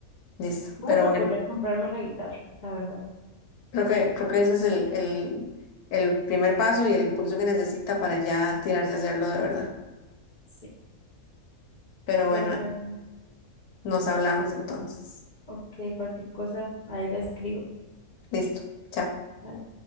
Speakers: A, on the left; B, on the left.
A: Listo.
B: Voy
A: Pero
B: a proponer
A: bueno,
B: comprarme la guitarra, la verdad.
A: creo que, creo que ese es el, el, el primer paso y el impulso que necesita para ya tirarse a hacerlo de verdad.
B: Sí.
A: Pero bueno,
B: Pero bueno,
A: nos hablamos entonces.
B: ok, cualquier cosa, ahí la escribo.
A: Listo. chao.
B: Bye.